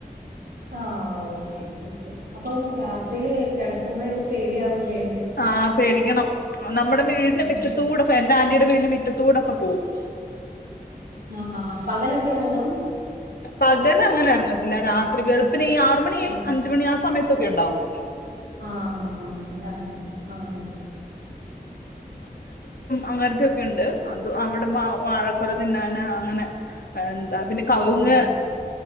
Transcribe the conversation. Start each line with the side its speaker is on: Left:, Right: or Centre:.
Right: ആഹ് ഓക്കെ ഓക്കെ അപ്പം രാത്രിയില് കിടക്കുമ്പോഴൊക്കെ പേടിയാവൂല്ലേ
Left: ആഹ് പേടിക്കണം നമ്മുടെ വീടിന്റെ
Right: ഉം
Left: മുറ്റത്തൂടൊക്കെ എന്റെ ആന്റിയടെ വീടിന് മുറ്റത്തൂടൊക്കെ പോവും
Right: ആഹ് ആഹാ പകലൊക്കെ ഇറങ്ങും
Left: പകലങ്ങനെ ഇറങ്ങത്തില്ല രാത്രി വെളുപ്പിൻ ഈ ആറ മണി
Right: ആഹ്
Left: അഞ്ച മണി ആ സമയത്തൊക്കെ ഉണ്ടാവും
Right: ആഹ <unintelligible> ആഹ്
Left: അങ്ങനത്തെക്കെണ്ട് അത് അവിടെ വ വാഴക്കൊല തിന്നാന അങ്ങനെ എന്താ പിന്നെ കവിങ്ങ്
Right: ആഹ്